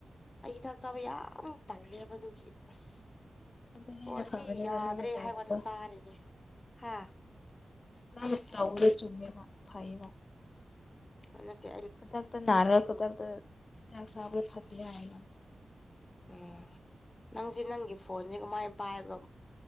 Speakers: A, on the left; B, on the left.
A: ꯑꯩꯒꯤꯗꯥꯛ ꯆꯥꯕ ꯌꯥꯝ ꯄꯜꯂꯦꯕꯗꯨꯒꯤ ꯑꯁ
B: ꯑꯗꯨ ꯍꯦꯟꯅ
A: ꯑꯣ
B: ꯐꯕꯅꯦꯕ
A: ꯁꯤ ꯌꯥꯗ꯭ꯔꯦ
B: ꯅꯪꯅ ꯇꯧꯕꯗꯣ
A: ꯍꯥꯏꯕꯗ ꯆꯥꯔꯤꯅꯦ ꯍꯥ
B: ꯃꯥꯅ ꯇꯥꯎꯕꯗ ꯆꯨꯝꯃꯦꯦꯕ ꯐꯩꯌꯦꯕ
A: ꯍ ꯀꯦ
B: ꯈꯨꯗꯛꯇ ꯅꯥꯔ ꯈꯨꯗꯛꯇ ꯤꯗꯥꯛ ꯆꯥꯕ꯭ꯔ ꯐꯠꯇꯦ ꯍꯥꯏꯅ
A: ꯎꯝ ꯅꯪꯁꯦ ꯅꯪꯒꯤ ꯐꯣꯟꯁꯤꯦ ꯀꯃꯥꯏ ꯄꯥꯏꯕ꯭ꯔꯣ